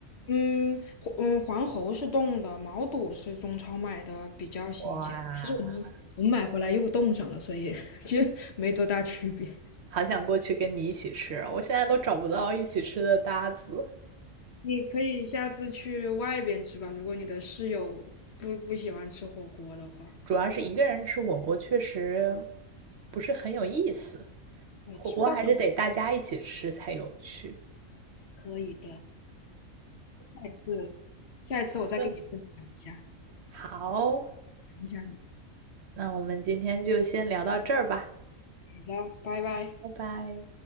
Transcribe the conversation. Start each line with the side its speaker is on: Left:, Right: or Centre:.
Left: 嗯，黄嗯，黄喉是冻的，毛肚是中超买的，比较新鲜。
Right: 哇，
Left: 我买回来又冻上了，所以 <laughs> 其实没多大区别。
Right: 好想过去跟你一起吃，我现在都找不到一起吃的搭子。
Left: 你可以下次去外边吃吧，如果你的室友不不喜欢吃火锅的话，
Right: 主要是一个人吃火锅确实不是很有意思，
Left: 对，
Right: 火锅还是得大家一起吃才有趣。
Left: 吃不到火锅可以的。下一次，下一次我再给你分享一下，
Right: 对，好，
Left: 等一下你。
Right: 那我们今天就先聊到这儿吧，
Left: 好的，拜拜。
Right: 拜拜。